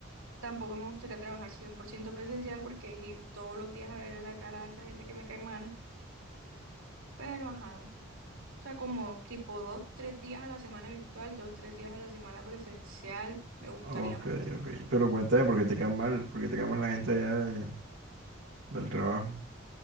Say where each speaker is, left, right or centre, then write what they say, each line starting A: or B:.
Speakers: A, on the right; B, on the right.
A: tampoco me gustaría trabajar 100% presencial porque ir todos los días a verle la cara a esa gente que me cae mal. Pero ajá. O sea, como tipo dos, tres días a la semana virtual, dos, tres días a la semana presencial, me gustaría
B: Ok,
A: más.
B: ok. Pero cuéntame, ¿por qué te cae mal? ¿Por qué te cae mal la gente allá de- del trabajo?